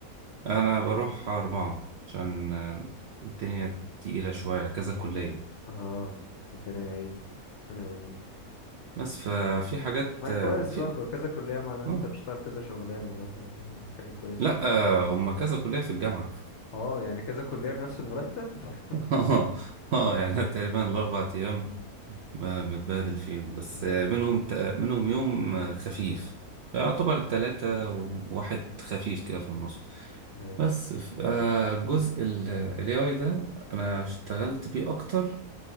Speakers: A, on the right; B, on the left.
A: انا بروح اربعه عشان آه، الدنيا تقيله شويه كذا كليه
B: اه ما- ربنا يعينك ربنا يقويك
A: بس ففي حاجات
B: ما
A: آه،
B: كويس
A: في
B: برضه كذا كلية معناه ان
A: آه.
B: انت بتشتغل كذا شغلانة برضه يعني حاجة كويسة
A: لا
B: برضه.
A: آه، هما كذا كليه في الجامعه
B: اه يعني كذا كلية بنفس المرتب <laughs>
A: <laughs>
B: اه
A: اه يعني تقريبا الاربع ايام ما بتبادل فيهم بس
B: آه،
A: منهم تا- منهم يوم خفيف يعتبر تلاتة وواحد خفيف كده في النص
B: ايوه
A: بس ف- آه، الجزء ال ال AI ده أنا اشتغلت بيه أكتر